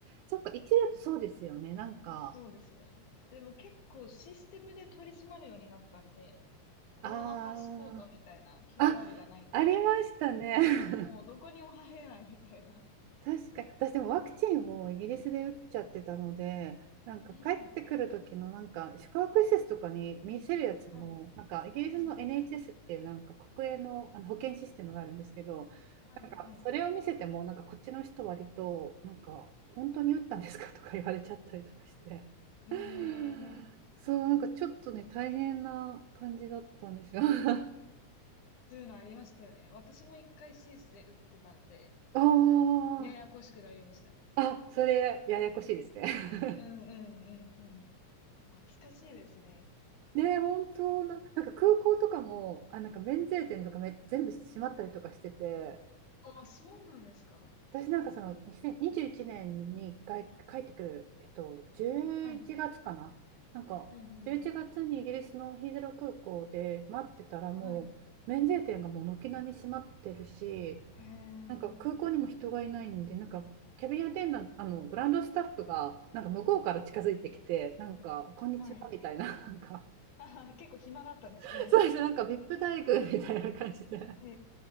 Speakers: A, on the right; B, on the left.
A: そっか1だとそうですよねなんか
B: そうですね。でも結構システムで取り締まるようになったんで、コロナパスポートみたいな
A: ああ
B: QR
A: あ、
B: がないと、
A: ありましたね。<laughs>
B: もうどこにも入れないみたいな。
A: 確かに。私でもワクチンをイギリスで打っちゃってたので、なんか帰ってくる時のなんか宿泊施設とかに見せるやつも、
B: うん。はい。
A: なんかイギリスの
B: うんうんうん。
A: NHS っていうなんか国営の、あの保険システムがあるんですけど、
B: はい、
A: なんかそれを見せても、
B: はい。
A: なんかこっちの人割と、なんか本当に打ったんですかとか言われちゃったりとかして。
B: へ
A: <laughs>
B: え、
A: そう、なんかちょっとね、大変な感じだったんですよ。<laughs> あ
B: そういうのありましたよね。私も一回スイスで売ってたんで、
A: あ。
B: ややこしくなりましたね。
A: あ、それややこしいですね。<laughs>
B: うんうんうんうん。懐かしいですね。
A: ね、本当な、なんか空港とかも、あ、なんか免税店とかめ全部閉まったりとかしてて、
B: あ、そうなんですか
A: 私なんかその2021年に一回帰ってくる、えっと、11月かな。
B: はい。
A: なんか11月にイギリスのヒースロー空港で待ってたらもう免税店がもう軒並み閉まってるし、
B: うんうんうん。はい。へえ。
A: なんか空港にも人がいないんで、なんかキャビンアテンダント、あの、グランドスタッフがなんか向こうから近づいてきて、なんか、こんにちはみたいな、
B: はい。
A: なんか。
B: <laughs> あはは、結構暇だったんですかね。
A: <laughs> そうですねなんかビップ待遇 <laughs> みたいな感じで
B: へ